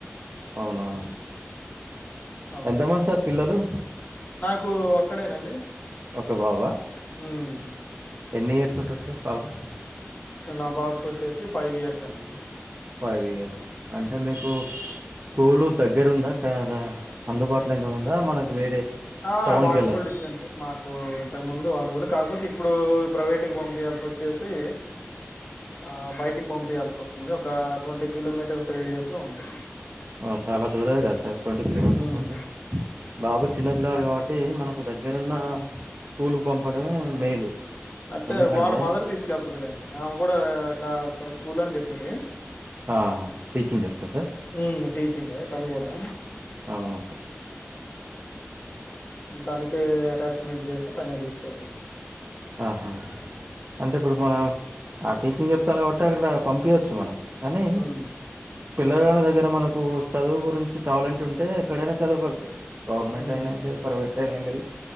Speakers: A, on the right; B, on the left.
A: అవునా
B: అవునా
A: ఎంతమంది
B: అండి
A: సార్ పిల్లలు
B: నాకు ఒక్కడేనా అండి
A: ఒక బాబు అ
B: ఉమ్
A: ఎన్ని ఇయర్స్ ఉంటారు సార్ బాబు
B: నా బాబుకి వచ్చేసి ఫైవ్ ఇయర్స్ అండి
A: ఫైవ్ ఇయర్స్ అంటే
B: హ్మ్.
A: మీకు స్ కులు దగ్గర ఉందా కదా అందుబాటులో ఉందా మనకు వేరే
B: ఆ
A: టౌన్కి
B: వాక్బుల్
A: వెళ్ళాలి
B: డిస్టెన్స్ ఎ మాకు కు ఇంతకు ముందు వాక్బలు కాకపోతే ఇప్పుడు ప్రైవేటుకిి పంపయాల్సి వచ్చేసి ఆ బయటికి పంపియాల్సి వస్తుంది ఒక ట్వంటీ కిలోమీటర్స్ రేడియస్ లో ఉంది.
A: అ చాలా దూరమే కదా సార్ ట్వంటీ కిలోమీటర్స్
B: హ్మ్.
A: అంటే బాబు చిన్న పిల్లాడు కాబట్టి మనకు దగ్గరున్న స్కూల్కి పంపడమే మేలు
B: అంటే
A: ఎందుకంటే
B: వాళ్ళ మదర్ తీసుకెళ్తదిలేండి ఆమె గుడా కా అక్కడ స్కూల్లోనే చెప్తది
A: ఆ టీచింగ్ చెప్తా సార్
B: ఉమ్ టీచింగ్ ఆ తను గుడా
A: అవునా సార్
B: తనకే ఎటాచ్మెంట్ చేస్తే తనే తీసుకెళ్తది
A: ఆహా అంటే ఇప్పుడు మనం ఆ టీచింగ్ చెప్తాంది కాబట్టి అక్కడ పంపియొచ్చు మనం అనీ
B: హ్మ్.
A: పిల్లగాల్ల దగ్గర మనకు చదువు గురించి టాలెంట్ ఉంటే ఎక్కడైనా చదువుగలుగుతారు గవర్నమెంట్
B: హ్మ్.
A: అయినా ఎం లేదు ప్రైవేట్ అయినా ఎం లేదు